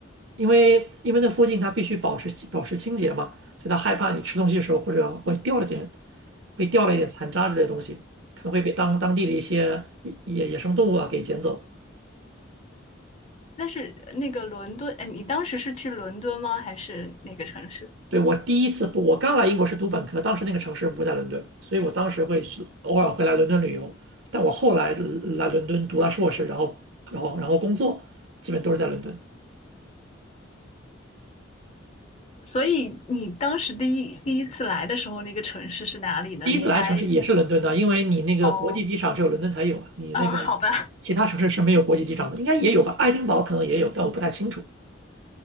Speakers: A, on the right; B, on the left.
A: 因为因为那附近它必须保持保持清洁嘛，所以他害怕你吃东西的时候或者会掉了点被掉了一点残渣之类的东西，可能会被当当地的一些野野生动物啊给捡走。
B: 但是那个伦敦，哎，你当时是去伦敦吗？还是哪个城市？
A: 对，我第一次不，我刚来英国是读本科，当时那个城市不在伦敦，所以我当时会去偶尔会来伦敦旅游。但我后来来伦敦读了硕士，然后然后然后工作，基本都是在伦敦。
B: 所以你当时第一第一次来的时候，那个城市是哪里呢？
A: 第一次来的城市也是伦敦的，
B: 你还
A: 因为你那个国际机场只有伦敦才有啊，
B: 哦，
A: 你那个
B: 嗯，好吧。<laughs>
A: 其他城市是没有国际机场的，应该也有吧？爱丁堡可能也有，但我不太清楚。